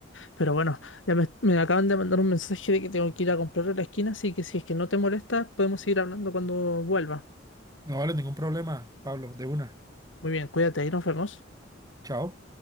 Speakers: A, on the left (about 90°); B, on the right (about 20°).
A: pero bueno, ya me, me acaban de mandar un mensaje de que tengo que ir a comprar a la esquina, así que si es que no te molesta, podemos seguir hablando cuando vuelva.
B: No vale ningún problema, Pablo. De una.
A: Muy bien, cuídate, ahí nos vemos.
B: Chao.